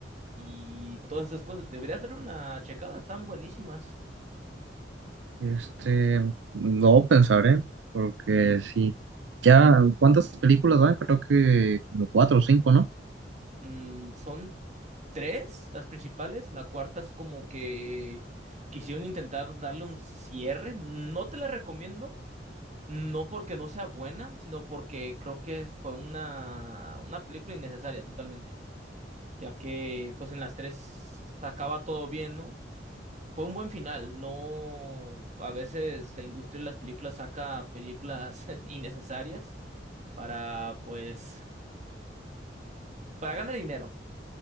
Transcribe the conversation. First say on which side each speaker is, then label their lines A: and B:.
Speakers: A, on the right; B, on the right.
A: y todas esas cosas. Deberías dar una checada, están buenísimas.
B: Este, no pensaré, porque sí. Ya, ¿cuántas películas van? Creo que como cuatro o cinco, ¿no?
A: Mm, son tres las principales, la cuarta es como que quisieron intentar darle un cierre. No te la recomiendo, no porque no sea buena, sino porque creo que fue una, una película innecesaria totalmente, ya que pues en las tres acaba todo bien, ¿no? Fue un buen final, no, a veces la industria de las películas saca películas <laughs> innecesarias para, pues, para ganar dinero.